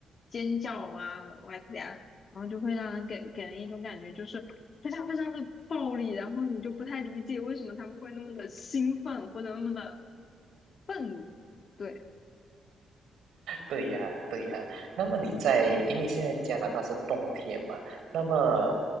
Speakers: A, on the left; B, on the right.
A: 尖叫啊，哇塞啊，然后就会让人给给人一种感觉，就是非常非常的暴力，然后你就不太理解为什么他们会那么的兴奋或者那么的愤怒。对，
B: 对呀，对呀。那么你在，因为现在加拿大是冬天嘛，那么